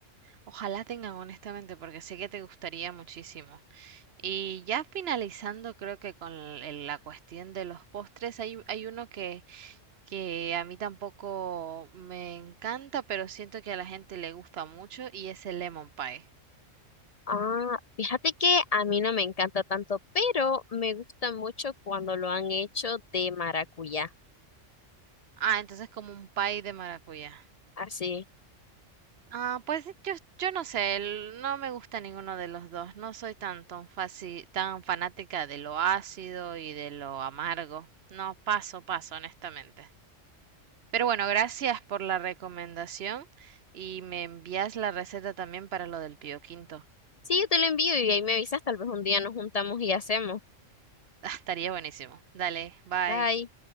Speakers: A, on the right (about 55°); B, on the left (about 60°).
A: Ojalá tengan honestamente, porque sé que te gustaría muchísimo. Y ya finalizando, creo que con el- la cuestión de los postres, hay, hay uno que que a mí tampoco me encanta, pero siento que a la gente le gusta mucho y es el lemon pie.
B: Ah, fíjate que a mí no me encanta tanto, pero me gusta mucho cuando lo han hecho de maracuyá.
A: Ah, entonces como un pie de maracuyá.
B: Así.
A: Ah, pues sí, yo, yo no sé, el- no me gusta ninguno de los dos. No soy tan, tan fácil, tan fanática de lo ácido y de lo amargo. No, paso, paso, honestamente. Pero bueno, gracias por la recomendación y me envías la receta también para lo del pio quinto.
B: Sí, yo te lo envío y ahí me avisas, tal vez un día nos juntamos y hacemos.
A: <laughs> Estaría buenísimo. Dale, bye.
B: Bye.